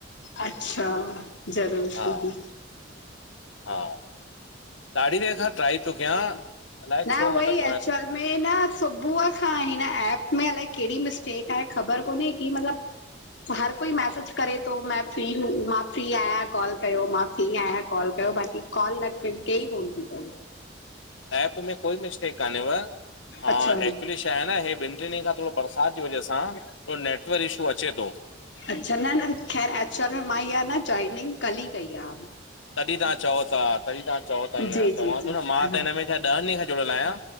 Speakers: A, on the left; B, on the left.
A: अच्छा ज़रूरु।
B: हा हा। ॾाढी देरि खां ट्राई तो कयां अलाए
A: न
B: छो
A: उहो
B: मतिलबु
A: ई एक्चुल में न सुबुह खां हिन ऐप में अलाए कहिड़ी मिस मिसटेक आहे ख़बर कोन की मतिलबु हर कोई मैसेज करे थो मेें फ्री हो मां फ्री आहियां कॉल कयो, मां फ्री आहियां कॉल कयो बाक़ी कॉल लॻे ई कोन्ह थी पई।
B: ऐप में कोई मिस्टेक कोन्हे हा,
A: अच्छा
B: एक्चुली छा आहे न हे ॿिनि टिनि ॾींहंनि खां थोरो बरसाति जी वजह सां थोडो नेटवर्क इशू अचे थो।
A: अच्छा न-न ख़ैर एक्चुअल में मां इहा न जॉइनिंग कल्ह ई कई आहे।
B: तॾहिं तव्हां चओ था, तॾहिं तव्हां चओ था ईअं
A: जी जी
B: चवां
A: जी
B: थो न मां त
A: हा
B: हिन में छा ॾींहनि ॾींहंनि खां जुड़ियल आहियां।